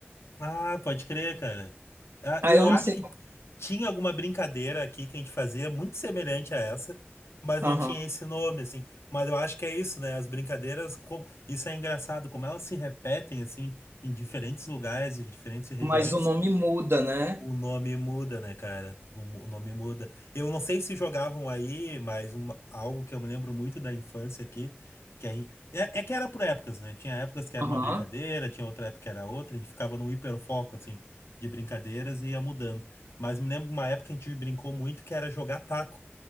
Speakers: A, on the left; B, on the right.
A: Ah, pode crer, cara. Ah,
B: Aí
A: eu
B: eu não
A: acho
B: sei.
A: que tinha alguma brincadeira aqui que a gente fazia muito semelhante a essa, mas
B: Aham.
A: não tinha esse nome, assim. Mas eu acho que é isso, né? As brincadeiras, como... isso é engraçado, como elas se repetem, assim, em diferentes lugares, e diferentes regiões.
B: Mas o nome muda, né?
A: O nome muda, né, cara? O, mu- o nome muda. Eu não sei se jogavam aí, mas uma- algo que eu me lembro muito da infância aqui, que a gente, é, é que era por épocas, né? Tinha épocas que era
B: Aham.
A: uma brincadeira, tinha outra época que era outra, a gente ficava num hiperfoco, assim, de brincadeiras e ia mudando. Mas me lembro uma época que a gente brincou muito que era jogar taco.